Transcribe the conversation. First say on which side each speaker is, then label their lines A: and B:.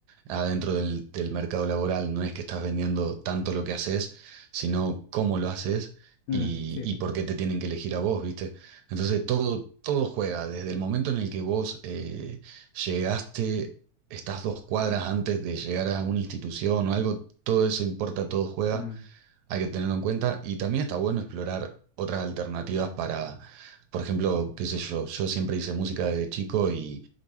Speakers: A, on the right (about 75°); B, on the left (about 65°).
A: adentro del, del mercado laboral, no es que estás vendiendo tanto lo que haces, sino cómo lo haces
B: mm,
A: y,
B: sí,
A: y por qué te tienen que elegir a vos, ¿viste? Entonces todo, todo juega, desde el momento en el que vos eh, llegaste, estás dos cuadras antes de llegar a una institución o algo, todo eso importa, todo juega
B: mm,
A: hay que tenerlo en cuenta. Y también está bueno explorar otras alternativas para, por ejemplo, qué sé yo, yo siempre hice música desde chico y,